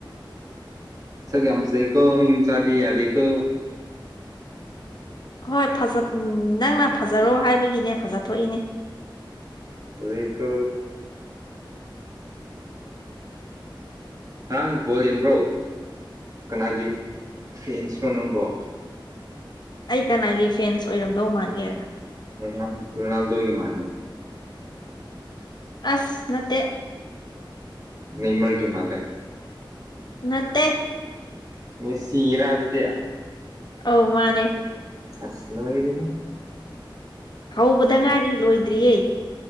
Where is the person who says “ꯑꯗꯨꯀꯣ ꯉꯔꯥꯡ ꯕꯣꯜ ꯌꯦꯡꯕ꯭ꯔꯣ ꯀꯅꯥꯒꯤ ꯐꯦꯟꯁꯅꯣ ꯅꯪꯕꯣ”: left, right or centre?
Right